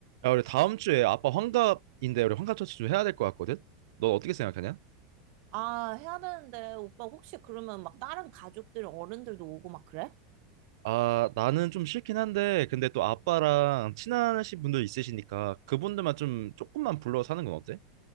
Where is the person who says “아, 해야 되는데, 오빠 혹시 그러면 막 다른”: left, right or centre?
Right